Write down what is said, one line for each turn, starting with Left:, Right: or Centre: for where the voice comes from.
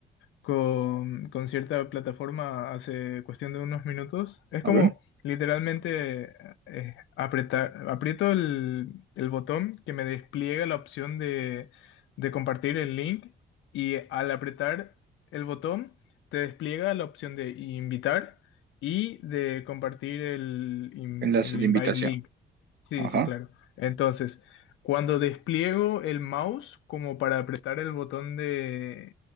Left: con, con cierta plataforma hace cuestión de unos minutos. Es como
Right: a ver,
Left: literalmente eh, apretar, aprieto el, el botón que me despliega la opción de, de compartir el link y al apretar el botón te despliega la opción de invitar y de compartir el, in-
Right: enlace
Left: el
Right: de
Left: invite
Right: invitación.
Left: link. Sí,
Right: Ajá.
Left: sí, claro. Entonces, cuando despliego el mouse como para apretar el botón de